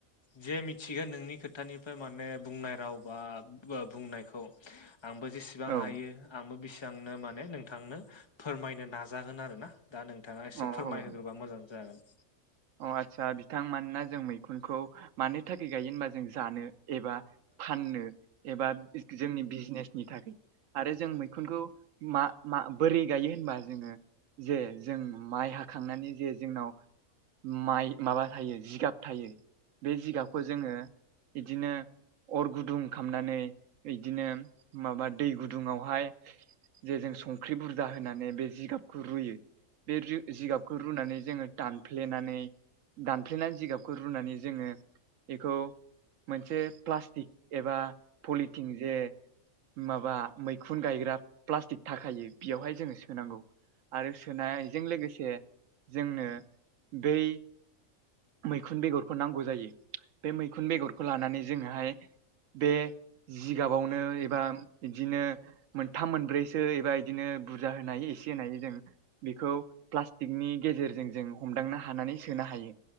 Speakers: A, on the left; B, on the right.
A: जे मिथिगोन नोंनि खोथानिफ्राय माने बुंनाय राव बा बुंनायखौ आंबो जेसेबां
B: औ
A: हायो आंबो बेसांनो माने नोंथांनो फोरमायनो नाजागोन आरोना। दा नोंथाङा एसे
B: अ
A: फोरमायहोग्रोबा
B: औ
A: मोजां जागोन।
B: अ आतसा बिथां मानोना जों मैखुनखौ मानो थाखाय गायो होनबा जों जानो। एबा फाननो एबा जोंनि बिजनेस नि थाखाय आरो जों मैखुनखौ मा मा बोरै गायो होनबा जोंङो जे जों माइ हाखांनानै जे जोंनाव माइ माबा थायो जिगाब थायो बे जिगाबखौ जोंङो बिदिनो अर गुदुं खामनानै बिदिनो माबा दै गुदुंआवहाय जे जों संख्रि बुरजा होनानै बे जिगाबखौ रुयो। बे जिगाबखौ रुनानै जोंङो दान फ्लेनानै दानफ्लेनानै जिगाबखौ रुनानै जोंङो बेखौ मोनसे प्लास्टिक एबा पलिथिन जे माबा मैखुन गायग्रा प्लास्टिक थाखायो। बेयावहाय जोंङो सोनांगौ आरो सोनायजों लोगोसे जोंनो बै मैखुन बेगरखौ नांगौ जायो बे मैखुन बेगरखौ खौ लानानै जोंङोहाय बे जिगाबावनो एबा बिदिनो मोनथाम मोनब्रैसो एबा इदिनो बुरजा होनो हायो एसे होनो हायो जों बेखौ प्लास्टिकनि गेजेरजों जों हमदांनो हानानै सोनो हायो।